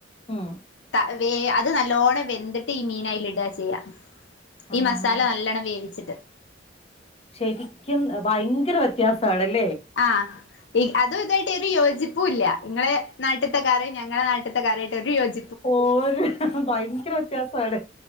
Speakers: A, on the left; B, on the left.
A: ആഹ
B: ത വേ അത് നല്ലോണം വെന്തിട്ട് ഈ മീന അൽ ഇടുക ചെയ്യാം
A: ആഹാ
B: ഈ മസാല നല്ലണം വേവിച്ചിട്ട്
A: ശരിക്കും ഭയങ്കര വ്യത്യാസമാണല്ലേ
B: ആ അതും ഇതായിട്ട് ഒരു യോജിപ്പ ഇല്ല ഇങ്ങളെ നാട്ടത്തെക്കാര ഞങ്ങളെ നാട്ടത്തെ <unintelligible>
A: ഓര് ഭയങ്കര വ്യത്യാസമായിടെ